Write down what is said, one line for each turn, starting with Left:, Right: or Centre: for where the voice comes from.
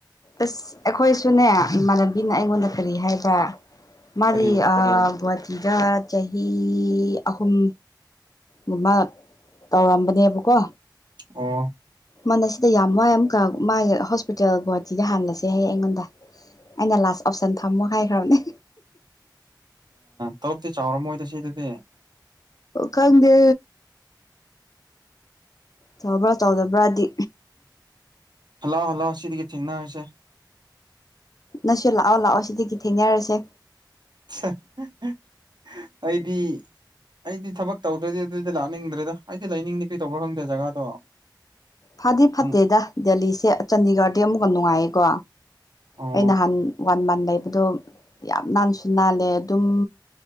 Left: ꯑꯁ ꯑꯩꯈꯣꯏꯁꯨꯅꯦ ꯏꯃꯥꯟꯅꯕꯤꯅ ꯑꯩꯉꯣꯟꯗ ꯀꯔꯤ ꯍꯥꯏꯕ꯭ꯔꯥ ꯃꯥꯗꯤ
Right: ꯀꯔꯤ
Left: ꯒꯨꯍꯥꯇꯤꯒ ꯆꯍꯤ ꯑꯍꯨꯝ ꯒꯨꯝꯕ ꯇꯧꯔꯝꯕꯅꯦꯕꯀꯣ
Right: ꯑꯣ
Left: ꯃꯅ ꯁꯤꯗ ꯌꯥꯝ ꯋꯥꯏ ꯑꯃꯨꯛꯀ ꯃꯥꯒꯤ ꯍꯣꯁꯄꯤꯇꯥꯜ ꯒꯨꯍꯥꯇꯤꯗ ꯍꯜꯂꯁꯦ ꯍꯌꯦꯡ ꯑꯩꯉꯣꯟꯗ ꯑꯩꯅ ꯂꯥꯁ ꯑꯣꯞꯁꯟ ꯊꯝꯃꯣ ꯍꯥꯏꯈ꯭ꯔꯕꯅꯦ
Right: ꯇꯣꯂꯣꯞꯇꯤ ꯆꯥꯎꯔꯝꯃꯣꯏꯗ ꯁꯤꯗꯗꯤ
Left: ꯈꯪꯗꯦ ꯆꯥꯎꯕ꯭ꯔꯥ ꯆꯥꯎꯗꯕ꯭ꯔꯥꯗꯤ
Right: ꯍꯜꯂꯥꯎ ꯍꯜꯂꯥꯎꯑꯣ ꯁꯤꯗꯒꯤ ꯊꯦꯡꯅꯔꯁꯦ
Left: ꯅꯁꯨ ꯂꯥꯛꯑꯣ ꯂꯥꯛꯑꯣ ꯁꯤꯗꯒꯤ ꯊꯦꯡꯅꯔꯁꯦ
Right: <unintelligible> ꯑꯩꯗꯤ ꯑꯩꯗꯤ ꯊꯕꯛ ꯇꯧꯗ꯭ꯔꯗꯤ ꯑꯗꯨꯗꯤ ꯂꯥꯛꯅꯤꯡꯗ꯭ꯔꯦꯗ ꯑꯩꯗꯤ ꯂꯩꯅꯤꯡꯗꯤ ꯀꯩ ꯇꯧꯕ ꯈꯪꯗꯦ ꯖꯒꯥꯗꯣ
Left: ꯐꯗꯤ ꯐꯠꯇꯦꯗ
Right: ꯅꯪ
Left: ꯗꯦꯜꯂꯤꯁꯦ ꯆꯥꯟꯗꯤꯒꯔꯗꯤ ꯑꯃꯨꯛꯀ ꯅꯨꯡꯉꯥꯏꯌꯦꯀꯣ
Right: ꯑꯣ
Left: ꯑꯩ ꯅꯍꯥꯟ ꯋꯥꯟ ꯃꯟ ꯂꯩꯕꯗꯣ ꯌꯥꯝ ꯅꯥꯟꯁꯨ ꯅꯥꯜꯂꯦ ꯑꯗꯨꯝ